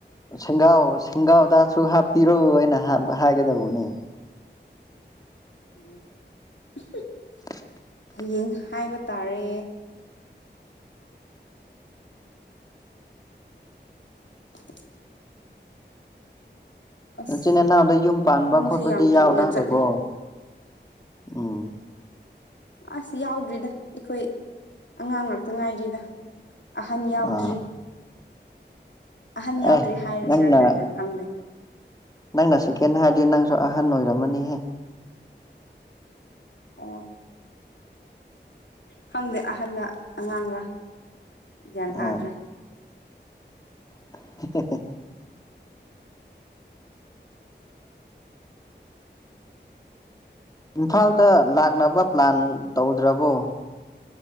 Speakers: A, on the left (about 20°); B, on the left (about 75°).
A: ꯁꯦꯡꯒꯥꯎ ꯁꯦꯡꯒꯥꯎꯗꯁꯨ ꯍꯥꯞꯄꯤꯔꯣ ꯍꯥꯏꯅ ꯍꯥꯏꯒꯗꯧꯕꯅꯦ
B: ꯑꯣ <unintelligible>
A: <inaudible>
B: ꯍꯌꯦꯡ ꯍꯥꯏꯕ ꯇꯥꯔꯦ <unintelligible> ꯑꯁ
A: ꯏꯆꯤꯟ ꯏꯅꯥꯎꯗ ꯌꯨꯝ ꯄꯥꯟꯕ
B: ꯄꯨꯡꯁꯦ
A: ꯈꯣꯠꯄꯗꯤ
B: ꯌꯥꯝ
A: ꯌꯥꯎꯅꯔꯕꯣ
B: ꯊꯨꯅ ꯆꯠꯂꯤ
A: ꯎꯝ
B: ꯑꯁ ꯌꯥꯎꯗ꯭ꯔꯤꯗ ꯑꯩꯈꯣꯏ ꯑꯉꯥꯡ ꯉꯥꯛꯇ ꯉꯥꯏꯔꯤꯗ ꯑꯍꯟ ꯌꯥꯎꯗ꯭ꯔꯤ
A: ꯑꯥ
B: ꯑꯍꯟ ꯌꯥꯎꯗ꯭ꯔꯤ
A: ꯑꯦ
B: ꯍꯥꯏꯔꯁꯤꯔ
A: ꯅꯪꯅ
B: ꯀꯔꯤꯅꯣ ꯈꯪꯗꯦ
A: ꯅꯪꯅ ꯁꯦꯀꯦꯟ ꯍꯥꯏꯔꯗꯤ ꯅꯪꯁꯨ ꯑꯍꯟ ꯑꯣꯏꯔꯝꯃꯅꯤꯍꯦ
B: ꯑꯣ ꯈꯪꯗꯦ ꯑꯍꯜꯂ ꯑꯉꯥꯡꯂ ꯀꯋ꯭ꯥꯟ ꯇꯥꯗ꯭ꯔꯦ
A: ꯑꯥ <inaudible> ꯏꯝꯐꯥꯜꯗ ꯂꯥꯛꯅꯕ ꯄ꯭ꯂꯥꯟ ꯇꯧꯗ꯭ꯔꯕꯣ